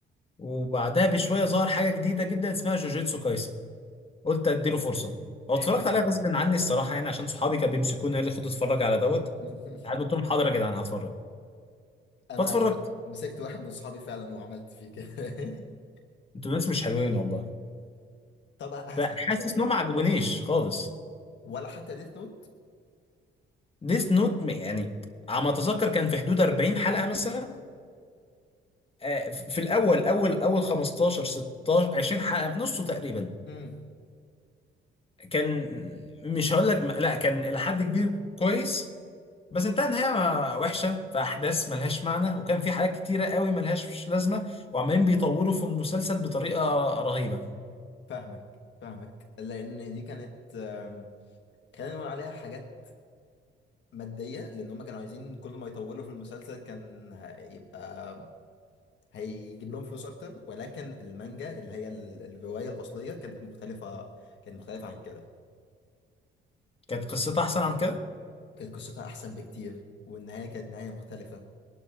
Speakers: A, on the left (about 30°); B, on the left (about 65°).
A: وبعدها بشويه ظهر حاجه جديده جدا اسمها جوجيتسو كايسن قلت اديله فرصه هو اتفرجت
B: حلو
A: عليها غصب عني الصراحه يعني عشان صحابي كانوا بيمسكوني قال لي خد اتفرج على دوت
B: <laughs>
A: قعدت قلت لهم حاضر يا جدعان هتفرج
B: أنا
A: فاتفرجت
B: أنا مسكت واحد من صحابي فعلا وعملت فيه كده <laughs>
A: انتوا ناس مش حلوين والله
B: طب هسألك
A: فحاسس
B: سؤال
A: انه ما عجبونيش خالص
B: ولا حتى ديث نوت؟
A: ديس نوت يعني على ما اتذكر كان في حدود 40 حلقه مثلا آه، في الاول اول اول 15 16 20 حلقه نصه تقريبا
B: امم
A: كان مش هقول لك لا كان الى حد كبير كويس بس انتهى نهايه وحشه في احداث ملهاش معنى وكان في حاجات كتيره قوي ملهاش لازمه وعمالين بيطوروا في المسلسل بطريقه رهيبه
B: فاهمك فاهمك لأن دي كانت آم، خلينا نقول عليها حاجات مادية لأن هم كانوا عايزين كل ما يطولوا في المسلسل كان هيبقى هيجيب لهم فلوس أكتر ولكن المانجا اللي هي ال- الرواية الأصلية كانت مختلفة كانت مختلفة عن كده
A: كانت قصته احسن عن كده
B: كانت قصتها احسن بكتير والنهايه كانت نهايه مختلفه